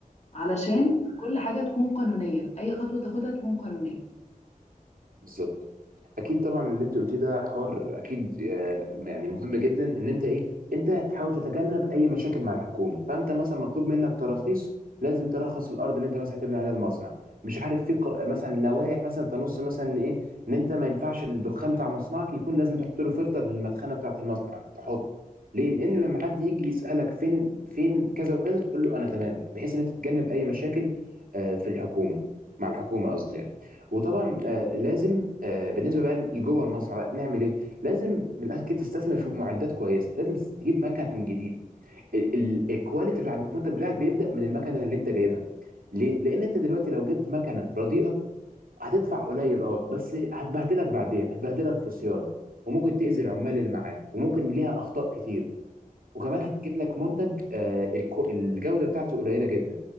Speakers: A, on the left; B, on the right.
A: علشان كل حاجة تكون قانونية أي خطوة تاخدها تكون قانونية
B: بالظبط اكيد طبعا اللي انت قلتيه ده حوار اكيد آه، يعني مهم جدا ان انت ايه انت هتحاول تتجنب اي مشاكل مع الحكومه فانت مثلا مطلوب منك تراخيص لازم ترخص الارض اللي انت مثلا هتبني عليها المصنع مش عارف في ق- مثلا لوائح مثلا تنص مثلا إن ايه ان انت ما ينفعش الدخان بتاع مصنعك يكون لازم تحط له فلتر للمدخنه بتاعه المصنع تحط ليه لان لما حد يجي يسالك فين فين كذا وكذا تقول له انا تمام بحيث ان انت تتجنب اي مشاكل آه، في الحكومه مع الحكومه قصدي يعني. وطبعا آه، لازم آه، بالنسبه بقى لجوه المصنع بقى نعمل ايه؟ لازم من الاخر كده تستثمر في معدات كويسه، لازم تجيب مكن جديد، ال- ال- الكواليتي بتاع المنتج بتاعك بيبدا من المكنه اللي انت جايبها. ليه؟ لان انت دلوقتي لو جبت مكنه رديئه هتدفع قليل اه بس هتبهدلك بعدين، هتبهدلك في الصيانه وممكن تاذي العمال اللي معاك وممكن ليها اخطاء كتير. وكمان هتجيب لك منتج آه، الكو- الجودة بتاعته قليلة جدا